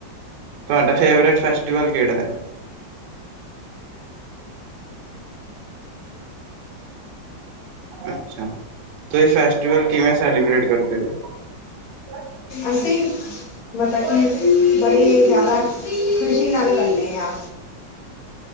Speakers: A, on the right; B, on the left.
A: ਤੁਹਾਡਾ ਫੇਵਰੇਟ ਫੈਸਟੀਵਲ ਕਿਹੜਾ ਹੈ। ਅੱਛਾ, ਤੇ ਫੈਸਟੀਵਲ ਕਿਵੇਂ ਸੈਲੀਬ੍ਰੇਟ ਕਰਦੇ ਹੋ <inaudible>
B: ਅਸੀਂ ਮਤਲਬ ਕਿ, ਬੜੀ ਜ਼ਿਆਦਾ ਖੁਸ਼ੀ ਨਾਲ ਕਰਦੇ ਹਾਂ